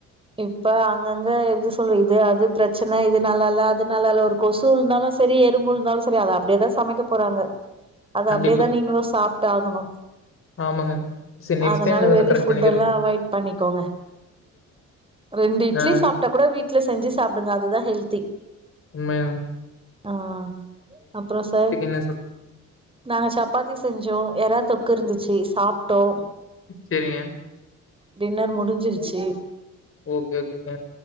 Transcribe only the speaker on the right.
இப்ப அங்கங்க இது ஸ் தோழி இது அது பிரச்சன இது நல்லா இல்ல அது நல்லா இல்ல ஒரு கொசு விழுந்தாலு சரி எறும்பு விழுந்தாலு சரி அத அப்டியேதா சமைக்க போறாங்க அத
அப்டியேதா நீங்களு சாப்டாகணு
அதனால
வெளி
ஃபுட்டெல்லா
அவாய்ட் பண்ணிக்கோங்க ரெண்டு இட்லி
சாப்ட்டா கூட வீட் வீட்ல செஞ்சு சாப்டுங்க அதுதா ஹெல்தி
ஆ அப்ற சார்
நாங்க சப்பாத்தி செஞ்சோ எராத்தொக் இருந்திச்சி சாப்ட்டோ
டின்னர் முடிஞ்சிர் ச்சி